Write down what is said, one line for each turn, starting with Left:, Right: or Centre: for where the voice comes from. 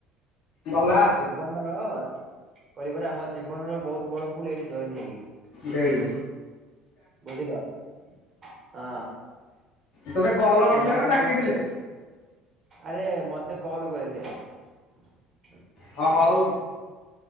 Left: ଭଲ।
Right: ଜୀବନର କହିବାର ଆମ ଜୀବନର ବହୁତ ବଡ ଭୁଲ ଏଇଠି ଜଏନ ହେଇକି।
Left: ରେଡି।
Right: ବୁଝିଲ, ହଁ।
Left: ତୋତେ କଲ୍ କରିଥିଲେ
Right: ପିଲାମାନଙ୍କୁ
Left: ନା ଡାକିଥିଲେ?
Right: ଆରେ ମତ କଲ କରିଥିଲେ।
Left: ହଁ ହଉ